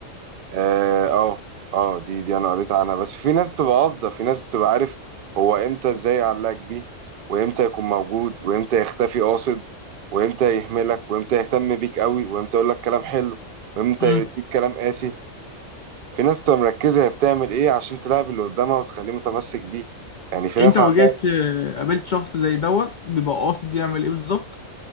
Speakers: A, on the right; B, on the left.
A: اه اه آه، دي دي انا قريت عنها بس في ناس بتبقى قاصده في ناس بتبقى عارف هو امتى ازاي يعلقك بيه وامتى يكون موجود وامتى يختفي قاصد وامتى يهملك وامتى يهتم بيك قوي وامتى يقول لك كلام حلو وامتى
B: مم.
A: يديك كلام قاسي في ناس بتبقى مركزه هي بتعمل ايه عشان تلعب اللي قدامها وتخليه متمسك بيه يعني في
B: انت
A: ناس
B: واجهت
A: عندها
B: آه، قابلت شخص زي دوت بيبقى قاصد يعمل ايه بالظبط